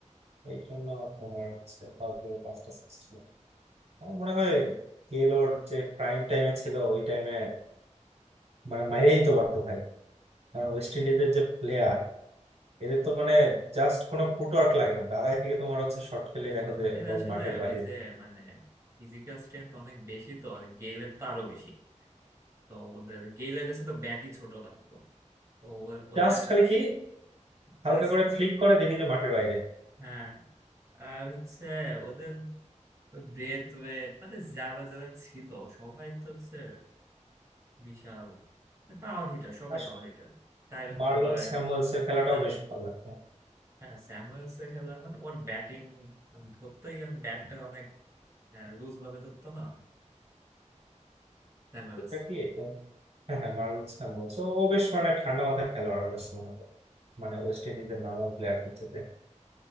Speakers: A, on the right; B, on the right.
A: এই জন্য তোমার হচ্ছে ফার্স্ট বলে পাঁচটা সিক্স ছিল আমার মনে হয় গেল ওর যে প্রাইম টাইমে ছিল ওই টাইমে মানে মাইরেই তো পারতো ভাই কারণ ওয়েস্ট ইন্ডিজের যে প্লেয়ার এদের তো মানে জাস্ট কোনো ফুটওয়ার্ক লাগে না দাঁড়ায় থেকে তোমার হচ্ছে শর্ট খেলে দেখো যে
B: ওদের
A: বল
B: আসলে
A: মাঠের বাইরে
B: ওই যে মানে ফিজিক্যাল স্ট্রেংথ অনেক বেশি তো আর গেইলের তো আরো বেশি তো ওদের গেইলের কাছে তো ব্যাটই ছোট লাগতো তো ওর- ওদের
A: জাস্ট খালি কি হালকা
B: জাস্ট
A: করে ফ্লিক করে দেখি যে মাঠের বাইরে
B: হ্যাঁ আর হচ্ছে ওদের ওই ব্রেথ ওয়েট মানে যারা যারা ছিল সবাই তো হচ্ছে বিশাল পাওয়ার হিটার সবাই
A: আর
B: পাওয়ার হিটার Kieron
A: মার্লন
B: Pollard
A: স্যামুয়েলস এর খেলাটাও
B: হ্যাঁ
A: বেশ ভালো লাগতো
B: হ্যাঁ স্যামুয়েলস এর খেলা মানে ওর ব্যাটিং মানে ধরতেই কারণ ব্যাটটা অনেক লুজ ভাবে ধরতো না স্যামুয়েলস
A: এটা কি এটা হ্যাঁ হ্যাঁ মার্লন স্যামুয়েলস ও ও বেশ মানে ঠান্ডা মাথার খেলোয়াড় ও বেশ মনে করো মানে ওয়েস্ট ইন্ডিজের নর্মাল প্লেয়ারদের চেয়ে